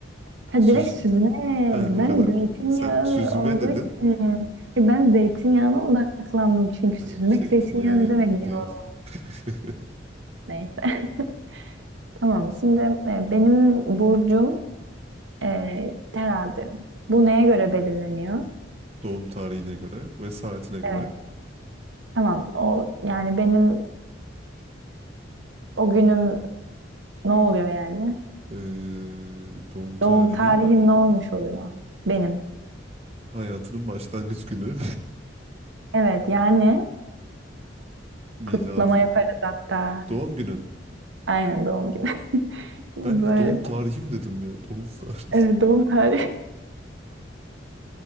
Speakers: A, on the right; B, on the right.
A: Ha
B: Süz
A: direkt süzmek,
B: yani bu
A: ben
B: kadar.
A: zeytinyağlı
B: Sen süzme
A: olduğu
B: dedin.
A: için, Ay, ben zeytinyağına odaklandım çünkü
B: Ha,
A: süzmek
B: Yok zeytinyağı
A: zeytinyağı
B: ile
A: ne
B: ilgili
A: demek diyorum,
B: değil. <laughs>
A: neyse. <laughs> Tamam. Şimdi e, benim burcum e, terazi. Bu neye göre belirleniyor?
B: Doğum tarihine göre ve saatine göre.
A: Evet. Tamam. O yani benim o günüm ne oluyor yani?
B: Ee, doğum tarihin
A: Doğum tarihim ne olmuş oluyor? Benim.
B: hayatının başlangıç günü.
A: Evet yani
B: <laughs> Miladın.
A: kutlama yaparız hatta.
B: Doğum günün.
A: Aynen doğum günü. <laughs> Böyle
B: Ben doğum tarihim dedim ya. Doğum tarihi.
A: evet,
B: <laughs>
A: doğum tarihi.